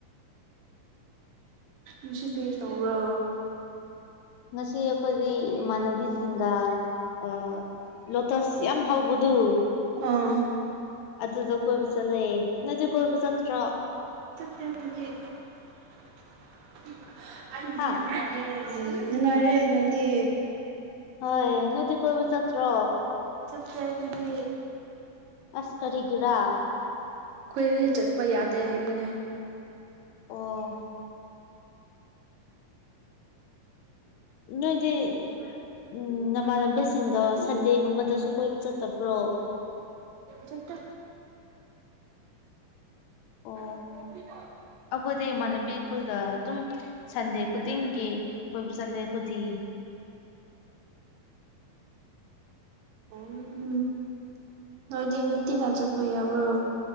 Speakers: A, on the right (about 75°); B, on the left (about 80°).
A: ꯉꯁꯤ ꯀꯔꯤꯇꯧꯕ꯭ꯔꯣ
B: ꯉꯁꯤ ꯑꯩꯈꯣꯏꯗꯤ ꯏꯃꯥꯟꯅꯕꯤꯁꯤꯡꯒ ꯑꯥ ꯂꯣꯇꯁ ꯌꯥꯝ ꯍꯧꯕꯗꯨ
A: ꯑꯧ
B: ꯑꯗꯨꯗꫭ ꯀꯣꯏꯕ ꯆꯠꯂꯦ ꯅꯪꯗꯤ ꯀꯣꯏꯕ ꯆꯠꯇ꯭ꯔꯣ
A: <unintelligible>
B: ꯍꯥ
A: ꯅꯨꯡꯉꯥꯏꯔꯦ ꯅꯣꯏꯗꯤ
B: ꯍꯣꯏ ꯅꯣꯏꯗꯤ ꯀꯣꯏꯕ ꯆꯠꯇ꯭ꯔꯣ
A: ꯆꯠꯇ‌ꯦ ꯑꯩꯈꯣꯏꯗꯤ
B: ꯑꯁ ꯀꯔꯤꯒꯤꯔꯥ
A: ꯑꯩꯈꯣꯏꯗꯤ ꯆꯠꯄ ꯌꯥꯗꯦ ꯍꯥꯏꯕꯅꯦ
B: ꯑꯣ ꯅꯣꯏꯗꯤ ꯎꯝ ꯅꯃꯥꯟꯅꯕꯤꯁꯤꯡꯗꯣ ꯁꯟꯗꯦꯒꯨꯝꯕꯗꯁꯨ ꯀꯣꯏꯕ ꯆꯠꯇꯕ꯭ꯔꯣ
A: ꯆꯠꯇꯦ
B: ꯑꯣ
A: <unintelligible> <inaudible>
B: ꯑꯩꯈꯣꯏꯗꯤ ꯏꯃꯥꯟꯅꯕꯤ ꯑꯩꯈꯣꯏꯒ ꯑꯗꯨꯝ ꯁꯟꯗꯦ ꯈꯨꯗꯤꯡꯒꯤ ꯀꯣꯏꯕ ꯆꯠꯂꯦ ꯑꯩꯗꯤ
A: ꯎꯝ ꯅꯣꯏꯗꯤ ꯇꯤꯟ ꯍꯥ ꯆꯔꯄꯌ ꯌꯥꯕ꯭ꯔꯣ